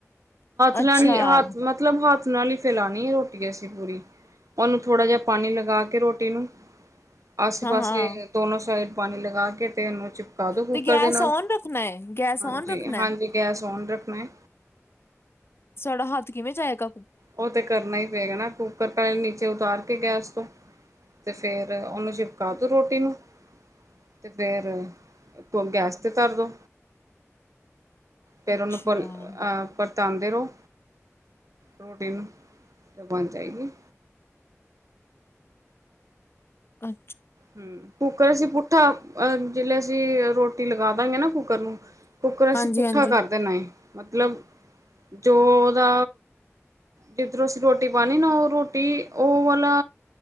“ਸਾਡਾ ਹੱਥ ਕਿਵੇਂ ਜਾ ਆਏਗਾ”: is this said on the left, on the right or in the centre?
Left